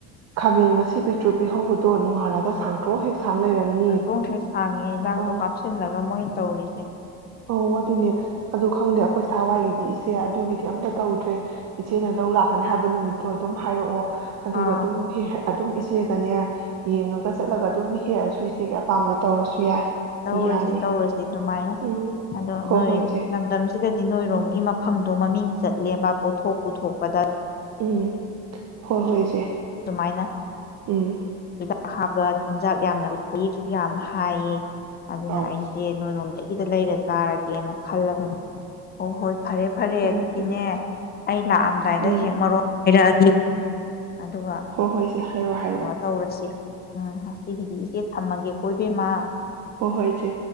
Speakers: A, on the right; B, on the left.
A: ꯈꯥꯃꯦꯟ ꯑꯁꯤ ꯄꯤꯇ꯭ꯔꯨ ꯄꯤꯍꯧꯕꯗꯣ ꯅꯣꯡꯉꯥꯜꯂꯒ ꯁꯥꯡꯇ꯭ꯔꯑꯣ ꯍꯦꯛ ꯁꯥꯡ ꯂꯩꯔꯝꯅꯤ
B: ꯑꯩꯀꯣꯡ ꯍꯦꯛ ꯁꯡꯒꯦ ꯂꯥꯛꯇꯣꯛ
A: ꯑ
B: ꯄꯥꯄꯁꯤ ꯂꯒ ꯃꯣꯅ ꯇꯧ ꯇꯧꯏꯁꯤ
A: ꯑꯧ ꯑꯗꯨꯅꯦ ꯑꯗꯤ ꯈꯪꯗꯦ ꯑꯩꯈꯣꯏ ꯁꯋꯥꯏꯒꯤꯗꯤ ꯏꯆꯦ ꯑꯗꯨꯒꯤꯗꯤ ꯑꯝꯇ ꯇꯧꯗ꯭ꯔꯦ ꯏꯆꯦꯅꯥ ꯂꯧ ꯂꯥꯛꯀꯅꯤ ꯍꯥꯏꯕ ꯅꯨꯃꯤꯠꯇꯣ ꯑꯗꯨꯝ ꯍꯥꯏꯔꯛꯑꯣ ꯑꯗꯨꯒ
B: ꯑꯥ
A: ꯑꯗꯨꯝ ꯍ ꯑꯗꯨꯝ ꯏꯆꯦꯒꯅꯦ ꯌꯦꯡꯉꯒ ꯆꯠꯂꯒ ꯑꯗꯨꯝ ꯍꯦꯛꯑꯁꯨ ꯏꯆꯦꯒꯤ ꯑꯄꯥꯝꯕꯗ ꯇꯧꯔꯁꯨ ꯌꯥꯏ
B: ꯇꯧꯔꯨꯔ꯭ꯁꯤ
A: ꯌꯥꯅꯤ
B: ꯇꯧꯔꯨꯔ꯭ꯁꯤ ꯑꯗꯨꯃꯥꯏꯅ
A: ꯎꯝ
B: ꯑꯗꯣ
A: ꯍꯣꯏ
B: ꯅꯣꯏ
A: ꯍꯣꯏ ꯏꯆꯦ
B: ꯂꯟꯗꯟ ꯁꯤꯗꯗꯤ ꯅꯣꯏꯔꯣꯝꯒꯤ ꯃꯐꯝꯗꯣ ꯃꯃꯤꯡ ꯆꯠꯂꯦꯕ ꯄꯣꯊꯣꯛ ꯄꯨꯊꯣꯛꯄꯗ
A: ꯎꯝ ꯍꯣꯏ ꯍꯣꯏ ꯏꯆꯦ
B: ꯑꯗꯨꯃꯥꯏꯅ
A: ꯎꯝ
B: ꯑꯗꯥ ꯍꯥꯞꯄ ꯆꯤꯟꯖꯥꯛ ꯌꯥꯝꯅꯕꯨ ꯊꯣꯛꯏꯁꯨ ꯌꯥꯝ ꯍꯥꯏꯑ ꯑꯗꯨꯅ
A: ꯑꯧ
B: ꯑꯩꯇꯦ ꯅꯣ ꯋꯥꯗ ꯏꯗ ꯂꯩꯔ ꯆꯥꯔꯒꯦꯅ ꯈꯜꯂꯕꯅꯤ ꯑꯣ ꯍꯣꯏ ꯐꯔꯦ ꯐꯔꯦ
A: ꯍꯣꯏ
B: ꯑꯗꯨꯗꯤꯅꯦ
A: ꯍꯣꯏ
B: ꯑꯩ ꯂꯥꯛꯑꯝꯗꯥꯏꯗ
A: ꯎꯝ
B: ꯍꯦꯛ ꯃꯔꯣꯟ ꯍꯥꯏꯔꯛꯑꯒ ꯑꯗꯨꯒ
A: ꯍꯣꯏ ꯍꯣꯏ ꯏꯆꯦ ꯍꯥꯏꯔꯛꯑꯣ ꯍꯥꯏꯔꯛꯑꯣ
B: ꯀꯩꯅꯣ ꯇꯧꯔꯁꯦ ꯎꯝ ꯉꯥꯁꯤꯒꯤꯗꯤ ꯏꯆꯦ ꯊꯝꯃꯒꯦ ꯑꯣꯏꯕꯦ ꯃꯥ
A: ꯑꯣ ꯍꯣꯌ ꯏꯆꯦ